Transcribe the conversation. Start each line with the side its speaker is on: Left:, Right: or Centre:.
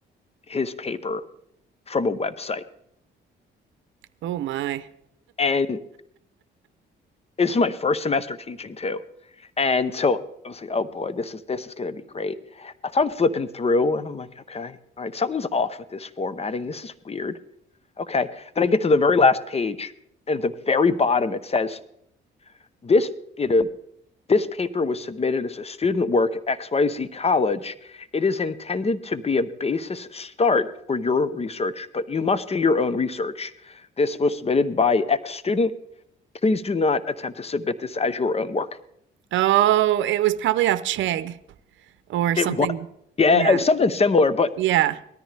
Left: his paper from a website
Right: Oh my.
Left: and this is my first semester teaching too. And so I was like, oh boy, this is this is gonna be great. So I'm flipping through and I'm like, okay, all right, something's off with this formatting. This is weird. Okay. Then I get to the very last page, and at the very bottom it says, this, you know, this paper was submitted as a student work at XYZ College. It is intended to be a basis start for your research, but you must do your own research. This was submitted by X student Please do not attempt to submit this as your own work.
Right: Oh, it was probably off Chegg or something.
Left: It was, yeah,
Right: Yeah.
Left: uh, something similar, but
Right: Yeah.